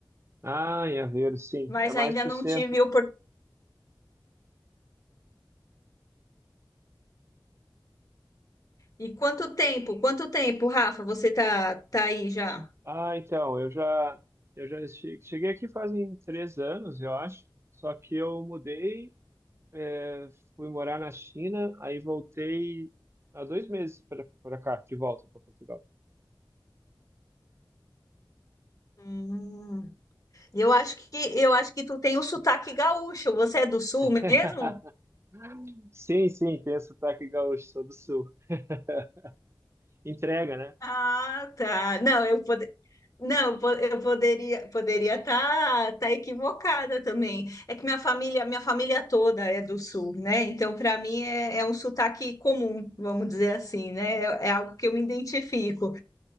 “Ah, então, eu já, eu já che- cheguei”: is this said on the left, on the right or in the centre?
Right